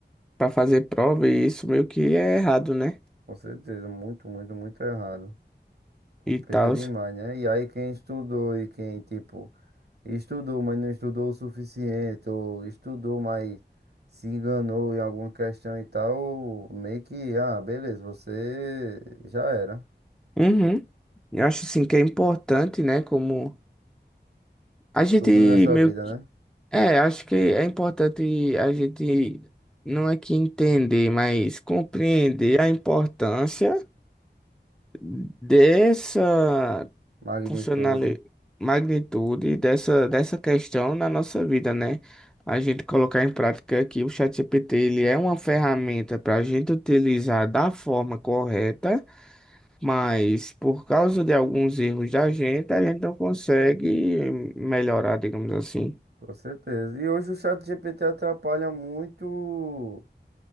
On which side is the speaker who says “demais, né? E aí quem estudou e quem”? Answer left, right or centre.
Right